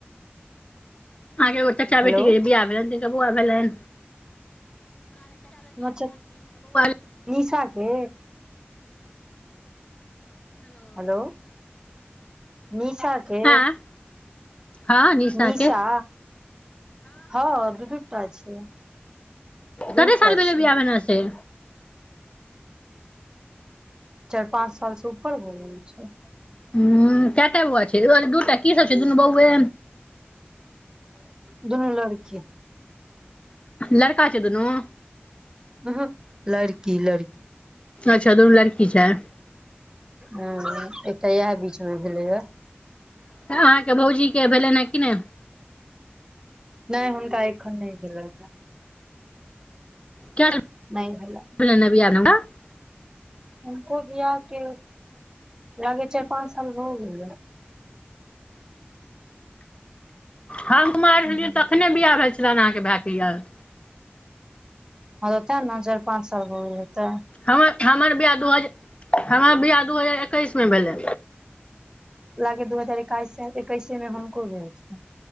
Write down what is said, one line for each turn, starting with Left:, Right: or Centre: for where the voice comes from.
Left: अहाँके एगो चाचा
Right: हेलो
Left: बेटीक के जे बीआह भेलइन तिनका बौआ भेलइन।
Right: हमर च
Left: <inaudible>
Right: निशा के। हेलो निशा के।
Left: आँ हँ
Right: निशा
Left: के
Right: हँ दु दु टा छै। दूटा
Left: कते साल
Right: छै
Left: भेले बिआह भेला से
Right: चाइर पाँच साल स ऊपर भ गेल छै।
Left: ह कएटा बौआ छै दूटा की सब छै दुनू बौवे।
Right: दुनू लड़की।
Left: लड़का छै दूनू?
Right: उहू लड़की लड़की।
Left: अच्छा दुनू लड़की छैै।
Right: हँ एकटा येह बीच मे भेलेय या।
Left: अहाँके भौजी के भेलइन है कि नहि।
Right: नहि हुनका एखन नहि भेलैइन है।
Left: कै साल
Right: नहि भेलइन।
Left: <unintelligible>
Right: हुनको बियाह के लागय या चाइर पाँच साल भऽ गेलेय।
Left: हम कुमाइर छलिये
Right: हँ
Left: तखने बिआह भेल छलइन अहाँके भाके यैय।
Right: हँ त तैं ने चार पाँच साल भर गेल हैतय।
Left: हमर हमर बिआह दू हजार हमर बियाह दू हजार एकैसमे भेला।
Right: लागय दू हजार एकाइस मे एकैस मे हुनको भेल छइन